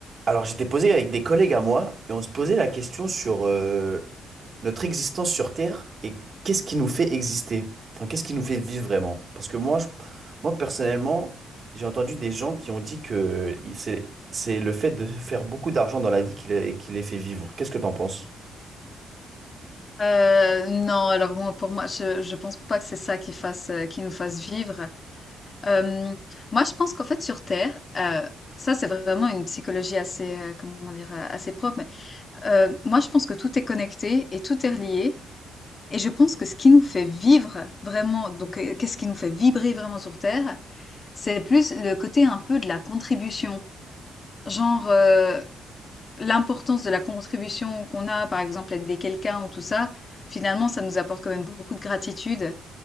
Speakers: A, on the right; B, on the left.
A: Alors, j'étais posé avec des collègues à moi et on se posait la question sur euh, notre existence sur Terre et qu'est-ce qui nous fait exister? Enfin, qu'est-ce qui nous fait vivre vraiment? Parce que moi, je- moi personnellement, j'ai entendu des gens qui ont dit que il- c'est c'est le fait de faire beaucoup d'argent dans la vie qui les, qui les fait vivre. Qu'est-ce que t'en penses?
B: Heu, non, alors bon, pour moi, je je pense pas que c'est ça qui fasse, heu, qui nous fasse vivre. Hem, moi, je pense qu'en fait, sur terre, heu, ça, c'est vraiment une psychologie assez, heu, comment dire? Heu, assez propre, mais, heu, moi, je pense que tout est connecté et tout est relié et je pense que ce qui nous fait vivre vraiment donc, heu, qu'est-ce qui nous fait vibrer vraiment sur terre? C'est plus le côté un peu de la contribution. Genre, heu l'importance de la contribution qu'on a, par exemple, aider quelqu'un ou tout ça, finalement, ça nous apporte quand même beaucoup de gratitude.